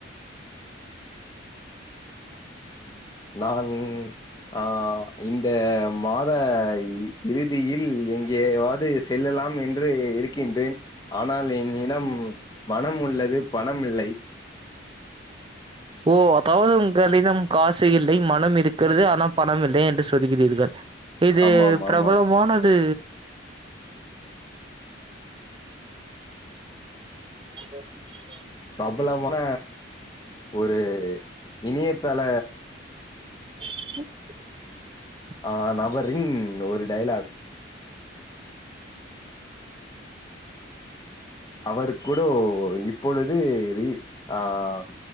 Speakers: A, on the left; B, on the right.
A: நான் ஆஹ் இந்த மாத இறி தியில் எங்கேவாது செல்லலாம் என் ன்று இருக்கின்றேன் ஆனால் என் இடம் மனம் உள்ளது ப ணம் இல்லை
B: ஓ அதாவது உங்களிடம் காசு இல்லை மனம் இருக்கிறது ஆனா பணம் இல்லை என்று சொல்கிறீர்கள் இது
A: ஆமாம் ஆமாம்
B: பிரபலமான து <inaudible>
A: பிரபலமான ஒரு இணியத்தள
B: <inaudible>
A: ஆஹ் நபரின் ஒரு டைலாக் அவருக் குடு இப்பொழுது ரீ ஆஹ்